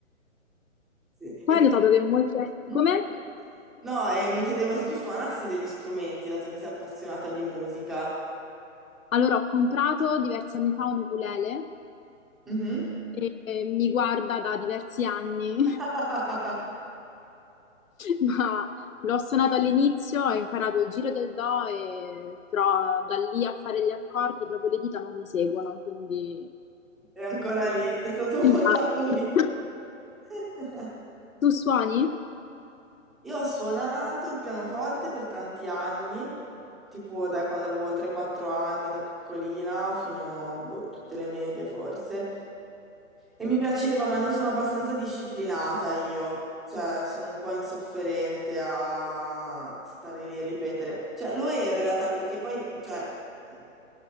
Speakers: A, in the centre; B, on the left (about 80°).
A: Sì.
B: Poi ho notato che molte...
A: Mm.
B: Come?
A: No, e mi chiedevo se tu suonassi degli strumenti, dato che sei appassionata di musica.
B: Allora ho comprato diversi anni fa un ukulele
A: Mhm.
B: e eh, mi guarda da diversi anni
A: <laughs>
B: Ma l'ho suonato all'inizio, ho imparato il giro del do, e- però da lì a fare gli accordi proprio le dita non mi seguono, quindi...
A: È ancora lì, è stato
B: <laughs>
A: mollato lì. <laughs>
B: Tu suoni?
A: Io ho suonato il pianoforte per tanti anni, tipo da quando avevo 3-4 anni, da piccolina, fino a tutte le medie forse. E mi piaceva, ma non sono abbastanza disciplinata io. Cioè, sono un po' insofferente a stare lì a ripetere. Cioè, lo ero in realtà perché poi, cioè, mh,